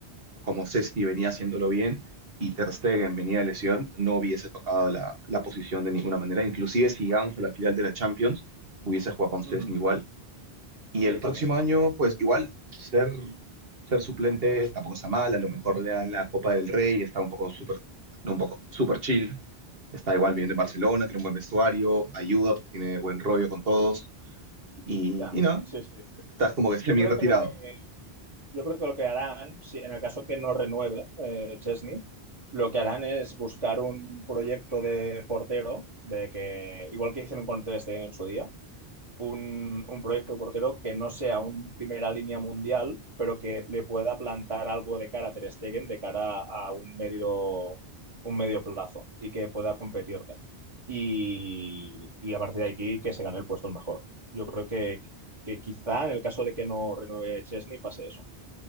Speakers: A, on the right; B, on the right.
A: como Cesti venía haciéndolo bien, y Ter Stegen venía de lesión, no hubiese tocado la, la posición de ninguna manera, inclusive si llegamos a la final de la Champions, hubiese jugado con Cesti
B: Ujú.
A: igual, y el
B: Sí,
A: próximo
B: también.
A: año, pues igual, ser, ser suplente tampoco está mal. A lo mejor le dan la Copa del Rey, está un poco súper, no un poco, súper chill. Está igual viviendo en Barcelona,
B: Sí, sí.
A: tiene un buen vestuario, ayuda porque tiene buen rollo con todos. Y,
B: Ya,
A: y no,
B: sí, sí.
A: estás como que semi
B: Yo creo
A: retirado.
B: que lo que, yo creo que lo que harán, si en el caso que no renueve eh, Chesney, lo que harán es buscar un proyecto de portero, de que, igual que hicieron con Ter Stegen en su día, un, un proyecto de portero que no sea un primera línea mundial, pero que le pueda plantar algo de cara a Ter Stegen, de cara a un medio, un medio plazo y que pueda competirle. Y, y a partir de aquí que se gane el puesto el mejor. Yo creo que, que quizá en el caso de que no renueve Chesney pase eso.